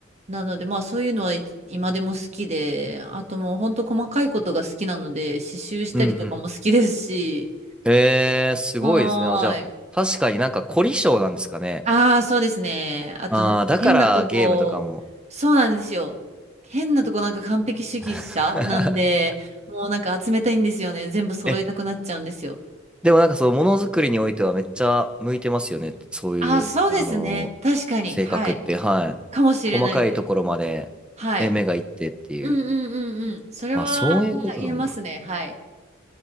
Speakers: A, on the right (about 35°); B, in the centre.
A: なのでまあそういうのはい今でも好きで、あともうほんと細かいことが好きなので、刺繍したりとかも好きですし、
B: うんうん。ええすごいですね。
A: はーい。
B: あ、じゃあ、確かになんか凝り性なんですかね。
A: ああ、そうですね。あとなんか変なとこ、
B: ああ、だからゲームとかも。
A: そうなんですよ。変なとこなんか完璧主義者なんで、
B: <laughs>
A: もうなんか集めたいんですよね。全部揃えたくなっちゃうんですよ。
B: え、でもなんかそう、ものづくりにおいてはめっちゃ向いてますよね。そういう、
A: ああ、そうですね。
B: あのー性格って、
A: 確かに。はい。
B: はい。
A: かもしれないです。
B: 細かいところまで、
A: はい。
B: ね、目がいってっていう。
A: うんうんうんうん。それは言えますね。
B: あ、そういうことなんだ。
A: はい。